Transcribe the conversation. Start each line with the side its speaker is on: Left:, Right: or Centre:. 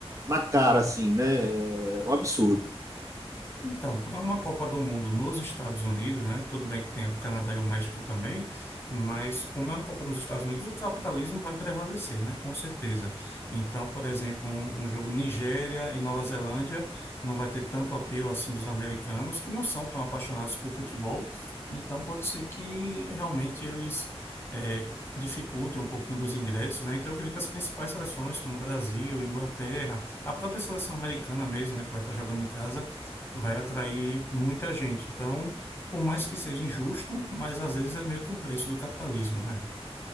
Right: na cara, assim, né? É um absurdo.
Left: Então, para uma Copa do Mundo nos Estados Unidos, né? Tudo bem que tem o Canadá e o México também, mas como é uma Copa nos Estados Unidos, o capitalismo vai prevalecer, né? Com certeza. Então, por exemplo, um, um jogo Nigéria e Nova Zelândia não vai ter tanto apelo assim dos americanos, que não são tão apaixonados por futebol. Então, pode ser que realmente eles eh, dificultem um pouquinho dos ingressos, né? Então, eu creio que as principais seleções, como Brasil, Inglaterra, a própria seleção americana mesmo, né? Que vai estar jogando em casa vai atrair muita gente. Então, por mais que seja injusto, mas às vezes é meio que o preço do capitalismo, né?